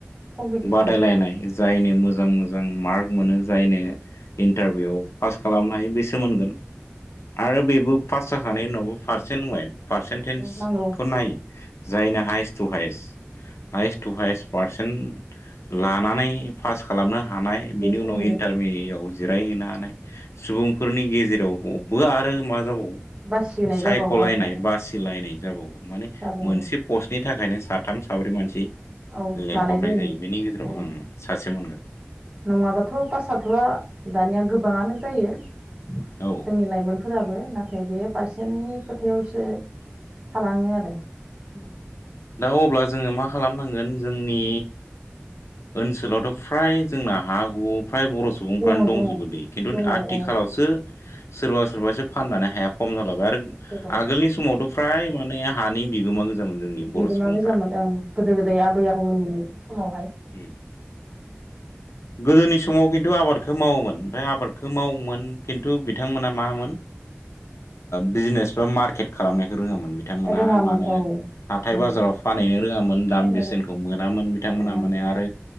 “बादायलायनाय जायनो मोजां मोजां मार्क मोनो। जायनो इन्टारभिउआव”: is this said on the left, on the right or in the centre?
Left